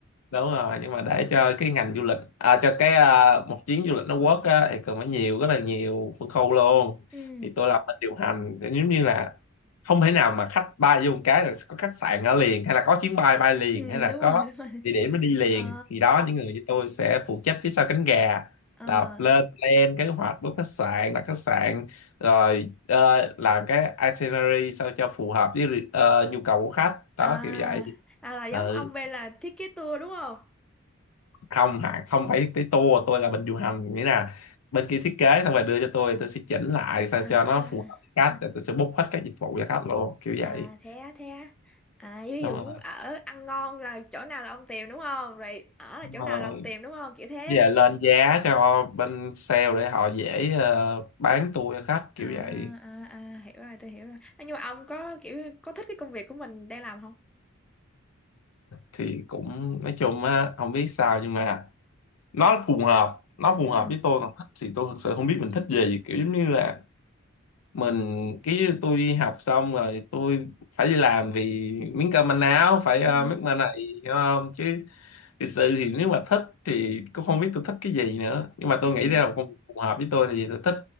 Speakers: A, on the left; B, in the centre.
A: đúng rồi nhưng mà để cho cái ngành du lịch à, cho cái à, một chuyến du lịch nó work á, thì cần phải nhiều rất là nhiều phân khâu luôn
B: ừ,
A: thì tôi làm bên điều hành giống như là không thể nào mà khách bay vô một cái là có khách sạn ở liền hay là có chuyến bay bay liền
B: ừ <laughs>
A: hay là
B: đúng rồi
A: có
B: đúng rồi
A: địa điểm nó đi liền
B: ờ
A: thì đó những người như tôi sẽ phụ trách phía sau cánh gà
B: Ờ,
A: là lên plan kế hoạch book khách sạn đặt khách sạn rồi ờ, làm cái itinerary sao cho phù hợp với ờ, nhu cầu của khách đó
B: à,
A: kiểu vậy
B: à là giống
A: Ừ
B: ông bên là thiết kế tour đúng không?
A: không hả không phải tới tour tôi là bên điều hành nghĩa là bên kia thiết kế xong rồi đưa cho tôi tôi sẽ chỉnh lại sao
B: À,
A: cho nó phù hợp với khách rồi tôi sẽ book hết các dịch vụ cho khách luôn kiểu
B: à
A: vậy
B: thế á, thế á. À, ví
A: đúng
B: dụ muốn
A: rồi
B: ở ăn ngon là chỗ nào là ông tìm đúng không? Rồi ở là
A: Đúng
B: chỗ
A: rồi.
B: nào là ông tìm đúng không? Kiểu thế.
A: Với lại lên giá cho bên sale để họ dễ ờ, bán tour cho khách kiểu
B: À,
A: vậy
B: à, à, hiểu rồi, tôi hiểu rồi. À, nhưng mà ông có kiểu có thích cái công việc của mình đang làm không?
A: thì cũng nói chung á không biết sao nhưng mà nó phù hợp nó phù
B: Ừ,
A: hợp với tôi còn thích thì tôi thực sự không biết mình thích gì kiểu giống như là mình cái tôi đi học xong rồi tôi phải đi làm vì miếng cơm manh áo phải uh,
B: ừ,
A: make money hiểu không chứ thực sự thì nếu mà thích thì cũng không biết tôi thích cái gì nữa nhưng mà tôi
B: ừ,
A: nghĩ đây là một công việc phù hợp với tôi tại vì tôi thích